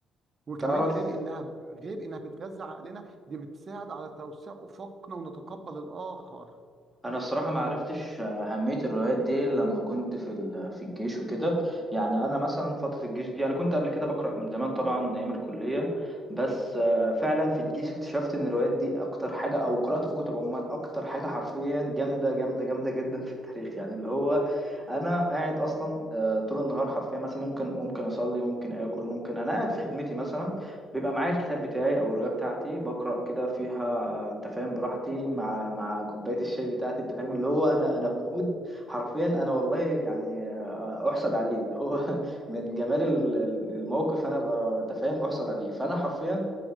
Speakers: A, on the right (about 45°); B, in the centre.
A: وكمان
B: تعرف
A: غير انها غير انها بتغذي عقلنا دي بتساعد على توسيع افقنا ونتقبل الاخر
B: انا الصراحه ما عرفتش اهميه الروايات دي إلا لما كنت في ال- في الجيش وكده يعني انا مثلا فتره الجيش دي انا كنت قبل كده بقرا من زمان طبعا ايام الكليه بس آه، فعلا في الجيش اكتشفت ان الروايات دي اكتر حاجه او قراءه الكتب عموما اكتر حاجه حرفيا جامده جامده جامده جدا في التاريخ يعني اللي هو انا قاعد اصلا آه، طول النهار حرفيا مثلا ممكن ممكن اصلي ممكن اكل ممكن انا قاعد في خدمتي مثلا بيبقى معايا الكتاب بتاعي او الروايه بتاعتي بقرا كده فيها آه، انت فاهم براحتي مع مع كوبايه الشاي بتاعتي انت فاهم اللي هو انا
A: الله
B: انا في مود حرفيا انا والله يعني آه، احسد عليه اللي هو <laughs> من جمال ال- ال- الموقف انا ب- انت فاهم احسد عليه فانا حرفيا